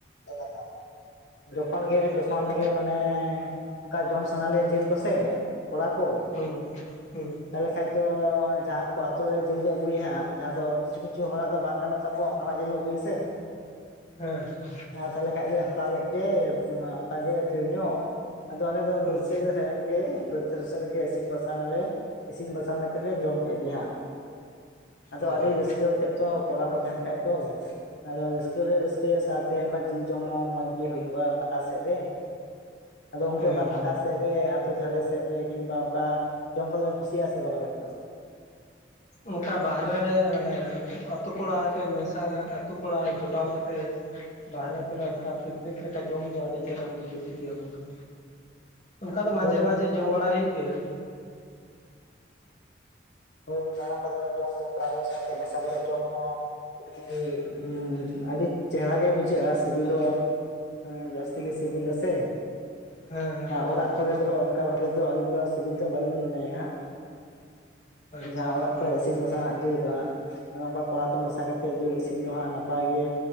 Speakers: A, on the left; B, on the left.
A: <inaudible> ᱡᱚᱠᱷᱚᱱ ᱜᱮ ᱡᱚᱠᱷᱚᱱ
B: ᱪᱮᱫ ᱞᱮᱠᱟ
A: ᱜᱮ ᱢᱟᱱᱮ ᱚᱱᱠᱟ ᱡᱚᱢ ᱥᱟᱱᱟ ᱞᱮᱭᱟ ᱡᱤᱞ ᱠᱚᱥᱮ ᱠᱚᱲᱟ ᱠᱚ
B: ᱦᱩᱸ ᱦᱩᱸ
A: ᱛᱟᱦᱚᱞᱮ ᱠᱷᱟᱱ ᱫᱚ ᱡᱟᱦᱟᱸ ᱠᱚ ᱟᱛᱳ ᱨᱮ ᱡᱤᱞ ᱠᱩ ᱟᱹᱜᱩᱭᱟ ᱦᱟᱸᱜ ᱡᱟᱦᱟᱸ ᱫᱚ ᱠᱤᱪᱷᱩ ᱠᱤᱪᱷᱩ ᱦᱚᱲᱟᱜ ᱫᱚ ᱵᱟᱝ ᱜᱟᱱᱜᱚ ᱛᱟᱠᱚᱣᱟ ᱚᱱᱠᱟᱱᱟᱜ ᱡᱤᱞ ᱠᱚ ᱟᱜᱩᱭᱟ ᱥᱮ
B: ᱦᱮᱸ ᱦᱮᱸ
A: ᱛᱟᱦᱞᱮ ᱠᱷᱟᱡ ᱞᱮ ᱦᱟᱛᱟᱣ ᱠᱮᱫ ᱜᱮ ᱚᱱᱠᱟ ᱜᱮ ᱰᱷᱮᱨ ᱧᱚᱜ ᱟᱫᱚ ᱟᱞᱮ ᱫᱚ
B: ᱦᱩᱸ
A: ᱵᱟᱫ ᱥᱮᱡ ᱞᱮ ᱥᱮᱱ ᱜᱮ ᱵᱟᱹᱫ ᱥᱮᱫ ᱨᱮᱜᱮ ᱤᱥᱤᱱ ᱵᱟᱥᱟᱝ ᱟᱞᱮ ᱤᱥᱤᱱ ᱵᱟᱥᱟᱝ ᱠᱟᱛᱮᱫ ᱞᱮ ᱡᱚᱢ ᱠᱮᱫ ᱜᱮᱦᱟᱸᱜ ᱟᱫᱚ
B: ᱚ
A: ᱟᱹᱰᱤ
B: ᱦᱮᱸ
A: ᱨᱟᱹᱥᱠᱟᱹ ᱣᱟᱛᱮᱫ ᱛᱚ ᱠᱚᱲᱟ ᱠᱚ ᱛᱟᱦᱮᱱ ᱠᱷᱟᱡ ᱫᱚ ᱟᱫᱚ ᱨᱟᱹᱥᱠᱟᱹᱦᱚᱞᱮ ᱨᱟᱹᱥᱠᱟᱹᱭᱟ ᱥ ᱥᱟᱶᱛᱮ ᱚᱱᱠᱟ ᱡᱤᱞ ᱡᱚᱢ ᱦᱚᱸ ᱢᱚᱸᱡᱽ ᱜᱮ ᱦᱩᱭᱩᱜᱼᱟ ᱯᱷᱟᱸᱠᱟ ᱥᱮᱫ ᱨᱮ ᱟᱫᱚ ᱜᱚᱝᱠᱮ
B: ᱦᱮᱸ
A: ᱚᱱᱠᱟ ᱯᱷᱟᱸᱠᱟ ᱥᱮᱫ ᱥᱮ ᱟᱛᱳ ᱫᱷᱟᱨᱮ ᱥᱮᱫ ᱨᱮ ᱠᱤᱝᱵᱟ ᱚᱱᱠᱟ ᱡᱚᱢ ᱠᱚ ᱵᱤᱱ ᱠᱩᱥᱤᱭᱟᱜᱼᱟ ᱥᱮ ᱵᱟᱝ ᱟᱵᱮᱱ ᱫᱚ?
B: ᱚᱱᱠᱟ ᱵᱟᱦᱨᱮ ᱨᱮ ᱢᱟᱱᱮ ᱩᱛ ᱛᱩ ᱠᱚᱲᱟ ᱛᱮ ᱢᱮᱥᱟ ᱟᱛᱩ ᱠᱚᱲᱟ ᱡᱚᱴᱟᱣ ᱠᱟᱛᱮ ᱵᱟᱦᱨᱮ ᱠᱚᱨᱮ ᱚᱱᱠᱟ ᱯᱤᱠᱱᱤᱠ ᱞᱮᱠᱟ ᱡᱚᱢ ᱫᱚ ᱟᱹᱰᱤ ᱪᱮᱦᱨᱟᱢ ᱵᱩᱡᱷᱟᱹᱚᱜ ᱜᱮᱭᱟ ᱜᱚᱝᱠᱮ ᱚᱱᱠᱟ ᱫᱚ ᱢᱟᱡᱷᱮ
A: ᱦᱳᱭ
B: ᱢᱟᱡᱷᱮ ᱡᱚᱢ ᱵᱟᱲᱟᱭ ᱦᱩᱭᱩᱜ ᱜᱮᱭᱟ
A: ᱦᱳᱭ ᱚᱱᱠᱟ ᱠᱚᱫᱚ ᱡᱚᱢ ᱫᱚ ᱠᱚᱲᱟ ᱠᱚ ᱥᱟᱶᱛᱮ ᱢᱮᱥᱟ ᱠᱟᱛᱮᱫ ᱡᱚᱢ ᱦᱚᱸ <unintelligible> ᱟᱹᱰᱤ ᱪᱮᱦᱨᱟ ᱜᱮ ᱵᱩᱡᱷᱟᱹᱜᱼᱟ ᱥᱤᱵᱤᱞ ᱦᱚᱸ ᱦᱮᱸ ᱡᱟᱹᱥᱛᱤ ᱜᱮ ᱥᱤᱵᱤᱞᱟ ᱥᱮ
B: ᱦᱮᱸ ᱦᱮᱸ
A: ᱚᱲᱟᱜ
B: ᱮᱠᱟᱞ
A: ᱠᱚᱨᱮ ᱫᱚ ᱚᱱᱠᱟ ᱵᱷᱟᱵᱮ ᱫᱚ ᱟᱹᱞᱤᱧ ᱫᱚ ᱥᱤᱵᱤᱞ ᱫᱚ ᱵᱟᱹᱞᱤᱧ ᱢᱚᱱᱮ ᱭᱟ ᱦᱟᱜ
B: ᱟᱪᱪᱷᱟ
A: ᱡᱟᱦᱟᱸ ᱚᱲᱟᱜ
B: ᱦᱮᱸ
A: ᱠᱚᱨᱮ ᱤᱥᱤᱱ ᱵᱟᱥᱟᱝ ᱦᱟᱜ ᱡᱤᱞ ᱫᱚ ᱦᱟᱸᱜ ᱚᱱᱠᱟ ᱠᱚᱲᱟ ᱠᱚ ᱢᱮᱥᱟ ᱠᱟᱛᱮᱫ ᱡᱤᱞ ᱤᱥᱤᱱ ᱫᱚ ᱦᱟᱸᱜ ᱱᱟᱯᱟᱭ ᱜᱮ